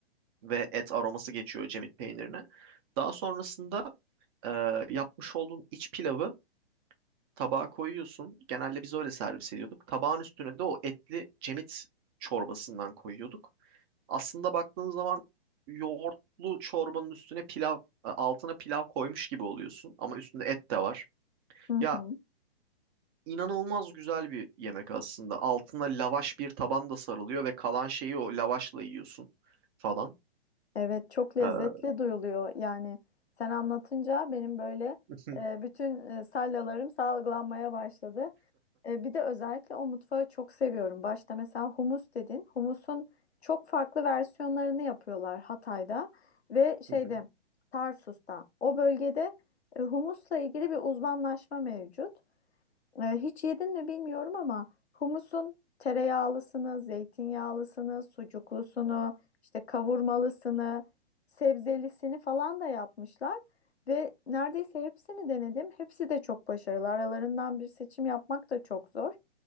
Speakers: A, on the right; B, on the left.
A: ve et aroması geçiyor cemit peynirine. Daha sonrasında e, yapmış olduğun iç pilavı Tabağa koyuyorsun. Genelde biz öyle servis ediyorduk. Tabağın üstüne de o etli cemit çorbasından koyuyorduk. Aslında baktığın zaman yoğurtlu çorbanın üstüne pilav, e, altına pilav koymuş gibi oluyorsun ama üstünde et de var.
B: Hı
A: Ya
B: hı.
A: inanılmaz güzel bir yemek aslında. Altına lavaş bir taban da sarılıyor ve kalan şeyi o lavaşla yiyorsun falan.
B: Evet çok lezzetli
A: Ee,
B: duyuluyor. Yani sen anlatınca benim böyle
A: <laughs>
B: e, bütün e, salyalarım salgılanmaya başladı. E, bir de özellikle o mutfağı çok seviyorum. Başta mesela humus dedin. Humusun çok farklı versiyonlarını yapıyorlar Hatay'da ve
A: Hı
B: şeyde
A: hı.
B: Tarsus'ta. O bölgede e, humusla ilgili bir uzmanlaşma mevcut. Ee, hiç yedin mi bilmiyorum ama humusun tereyağlısını, zeytinyağlısını, sucuklusunu, işte kavurmalısını, sebzelisini falan da yapmışlar. Ve neredeyse hepsini denedim. Hepsi de çok başarılı. Aralarından bir seçim yapmak da çok zor.